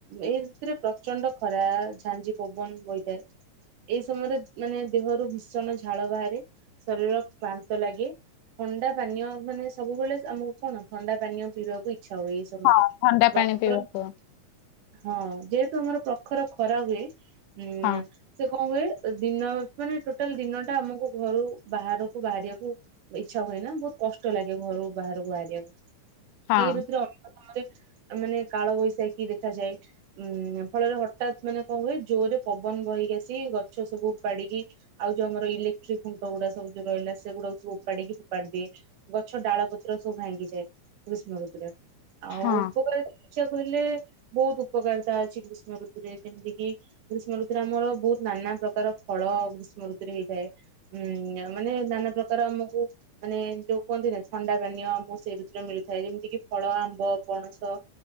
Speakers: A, on the right; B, on the left.
A: ଏଇ ଋତୁରେ ପ୍ରଚଣ୍ଡ ଖରା ଝାଂଜି ପବନ ବହିଥାଏ। ଏଇ ସମୟରେ ମାନେ ଦେହରୁ ଭୀଷଣ ଝାଳ ବାହାରେ। ଶରୀର କ୍ଳାନ୍ତ ଲାଗେ। ଥଣ୍ଡା ପାନୀୟ ମାନେ ସବୁବେଳେ ଆମକୁ କଣ ଥଣ୍ଡା ପାନୀୟ ପିଇବାକୁ ଇଚ୍ଛା ହୁଏ।
B: ହଁ ଥଣ୍ଡା ପାଣି
A: <unintelligible>
B: ପିଇବାକୁ
A: ହଁ ଯେହେତୁ ଆମର ପ୍ରଖର ଖରା ହୁଏ ଉଁ-
B: ହଁ
A: ସେ କଣ ହୁଏ ଦିନ ମାନେ ଟୋଟାଲ ଦିନ ଟା ଆମକୁ ଘରୁ ବାହାରକୁ ବାହାରିବାକୁ- ଇଚ୍ଛା ହୁଏ ନା। ବହୁତ କଷ୍ଟ ଲାଗେ ଘରୁ ବାହାରକୁ ବାହାରିବାକୁ।
B: ହଁ
A: ଏଇ ଋତୁରେ <unintelligible> କାଳବୈଶାଖୀ ଦେଖାଯାଏ। ଉଁ ଫଳରେ ହଠାତ୍ ମାନେ କଣ ହୁଏ। ଜୋରରେ ପବନ ବହିକି ଆସି ଗଛ ସବୁ ଉପାଡ୍ଡୀ କି। ଆଉ ଯୋଉ ଆମର ଇଲେକ୍ଟ୍ରିକ୍ଖୁଣ୍ଟ ଗୁଡ଼ା ସବୁ ଯୋଉ ରହିଲା ସେଗୁଡ଼ା କୁ ସବୁ ଉପାଡ଼ିକି ଫପାଡ଼ି ଦିଏ। ଗଛ ଡାଳ ପତ୍ର ସବୁ ଭାଙ୍ଗିଯାଏ ଗ୍ରୀଷ୍ମ ଋତୁରେ। ଆଉ
B: ହଁ
A: ଉପକାରିତା ଦେଖିବା କହିଲେ ବହୁତ ଉପକାରିତା ଅଛି ଗ୍ରୀଷ୍ଣ ଋତୁରେ। ଯେମିତି କିି- ଗ୍ରୀଷ୍ମ ଋତୁରେ ଆମର ବହୁତ ନାନା ପ୍ରକାର ଫଳ ଗ୍ରୀଷ୍ମ ଋତୁରେ ହେଇଥାଏ। ହୁଁ ମାନେ ନାନା ପ୍ରକାର ଆମକୁ- ମାନେ ଯୋଉ କୁହନ୍ତି ନା ଥଣ୍ଡା ପାନୀୟ ଆମକୁ ସେଇ ଋତୁରେ ମିଳିଥାଏ। ଯେମିତି କିି ଫଳ ଆମ୍ବ ପଣସ